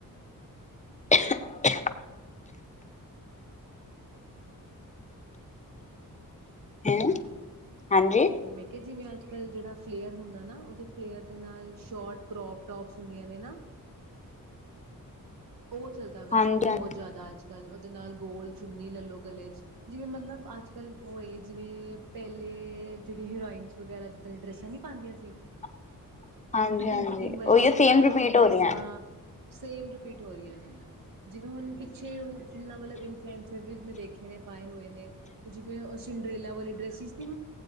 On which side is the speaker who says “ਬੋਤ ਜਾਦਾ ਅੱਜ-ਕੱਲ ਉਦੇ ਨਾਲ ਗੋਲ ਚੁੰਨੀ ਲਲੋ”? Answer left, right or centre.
Right